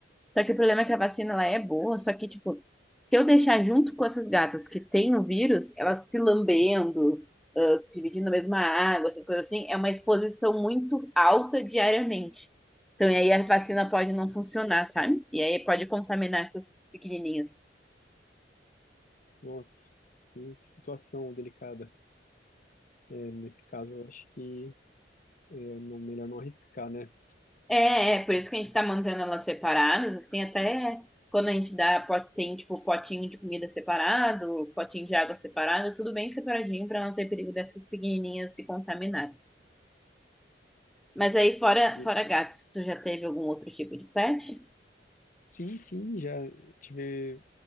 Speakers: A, in the centre; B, on the left (about 50°).
A: Só que o problema é que a vacina, ela é boa, só que, tipo, se eu deixar junto com essas gatas que têm o vírus, elas se lambendo, ah, dividindo a mesma água, essas coisas assim, é uma exposição muito alta diariamente. Então, e aí a vacina pode não funcionar, sabe? E aí pode contaminar essas pequenininhas.
B: Nossa, que que situação delicada. É, nesse caso, eu acho que é não- melhor não arriscar, né?
A: É, é, por isso que a gente tá mantendo elas separadas, assim, até quando a gente dá, po- tem, tipo, potinho de comida separado, potinho de água separado, tudo bem separadinho pra não ter perigo dessas pequenininhas se contaminarem. Mas aí, fora,
B: E-
A: fora gatos, tu já teve algum outro tipo de pet?
B: Sim, sim, já tive